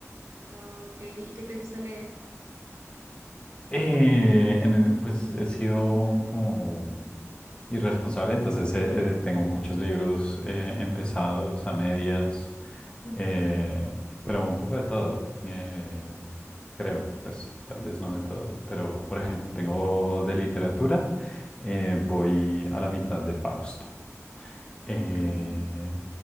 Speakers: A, on the right (about 60°); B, on the left (about 20°).
A: ok, ¿y qué te gusta leer?
B: Eh, en el- pues he sido como irresponsable, entonces eh, eh, tengo muchos libros eh, empezados a medias,
A: Ujú,
B: eh, pero un poco de todo, eh, creo, pues tal vez no de todo, pero por ejemplo, tengo de literatura, eh, voy a la mitad de Fausto. Eh,
A: Ok,